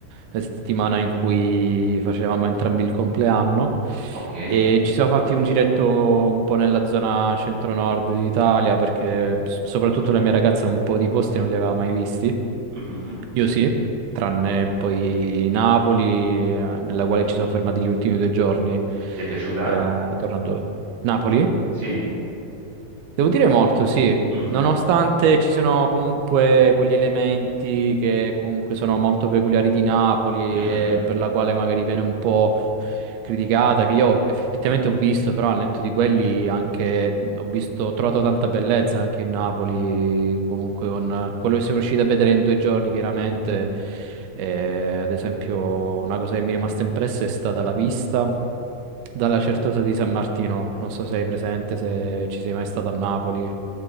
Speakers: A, on the right (about 80°); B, on the right (about 50°).
A: la settimana in cui facevamo entrambi il compleanno
B: ok.
A: e ci siamo fatti un giretto un po' nella zona centro-nord d'Italia perché s- soprattutto la mia ragazza un po' di posti non li aveva mai visti.
B: Mhm.
A: Io sì, tranne
B: Oh,
A: poi Napoli, eh, nella quale ci siamo fermati gli ultimi due giorni,
B: Ti è piaciuta?
A: eh, tornando. Napoli?
B: Sì.
A: Devo dire molto, sì.
B: Mhm.
A: Nonostante ci sono comunque quegli elementi che comunque sono molto peculiari di Napoli e
B: Mhm.
A: per la quale magari viene un po' criticata, che io effettivamente ho visto, però al netto di quelli anche ho visto, ho trovato tanta bellezza anche in Napoli, comunque con quello che siamo riusciti a vedere in due giorni, chiaramente, Eh, ad esempio una cosa che mi è rimasta impressa è stata la vista dalla Certosa di San Martino, non so se hai presente, se ci sei mai stato a Napoli.